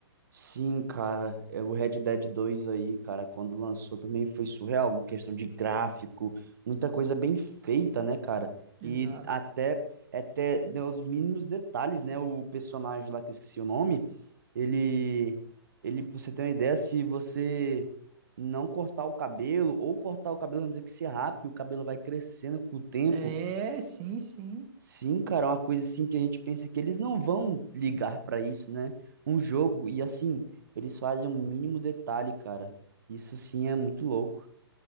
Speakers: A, on the right; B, on the right.
A: Sim, cara, é o Red Dead dois aí, cara, quando lançou também foi surreal, uma questão de gráfico, muita coisa bem feita, né, cara?
B: Exato.
A: E até, até né, os mínimos detalhes, né? O personagem lá que eu esqueci o nome, ele, ele, pra você ter uma ideia, se você não cortar o cabelo, ou cortar o cabelo, vamos dizer que se rape, o cabelo vai crescendo com o tempo,
B: É, sim, sim.
A: Sim, cara, é uma coisa assim que a gente pensa que eles não vão ligar pra isso, né? Um jogo, e assim, eles fazem um mínimo detalhe, cara. Isso sim é muito louco.